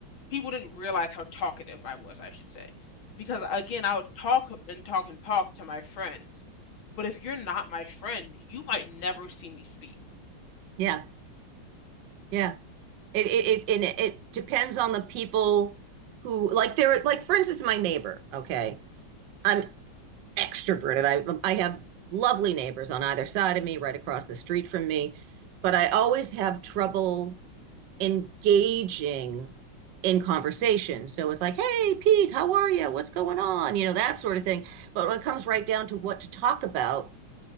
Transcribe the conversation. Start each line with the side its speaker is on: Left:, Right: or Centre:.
Left: people didn't realize how talkative I was, I should say. Because again, I would talk and talk and talk to my friends. But if you're not my friend, you might never see me speak.
Right: Yeah, yeah. It it, it and it, it depends on the people who like they're like for instance, my neighbor, okay. I'm extroverted. I I have lovely neighbors on either side of me, right across the street from me, but I always have trouble engaging in conversation. So it's like, "Hey, Pete, how are you? What's going on?" You know, that sort of thing. But when it comes right down to what to talk about,